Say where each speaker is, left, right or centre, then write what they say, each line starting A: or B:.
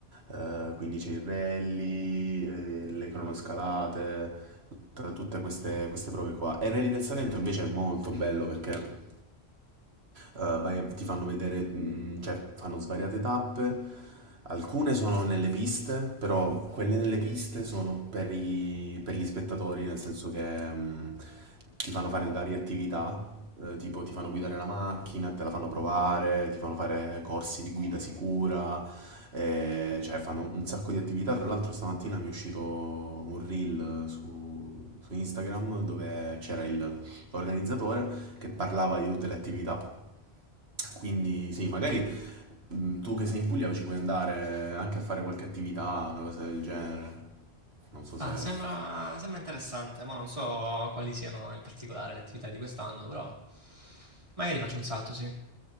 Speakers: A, on the right; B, on the right.
A: eh, quindi c'è il rally, eh, le cronoscalate, tutta- tutte queste, queste prove qua. E il Rally del Salento invece è molto bello perché eh, vai- ti fanno vedere, mm, cioè fanno svariate tappe. Alcune sono nelle piste, però quelle nelle piste sono per, i- per gli spettatori, nel senso che mm, ti fanno fare varie attività, eh, tipo ti fanno guidare la macchina, te la fanno provare, ti fanno fare corsi di guida sicura, eh, cioè fanno un sacco di attività. Tra l'altro stamattina mi è uscito un reel su, su Instagram dove c'era il- l'organizzatore che parlava di tutte le attività. Quindi sì, magari mh, tu che sei in Puglia ci puoi andare anche a fare qualche attività, una cosa del genere. Non so
B: Ah,
A: se...
B: sembra, sembra interessante, ma non so quali siano in particolare le attività di quest'anno, però magari faccio un salto, sì.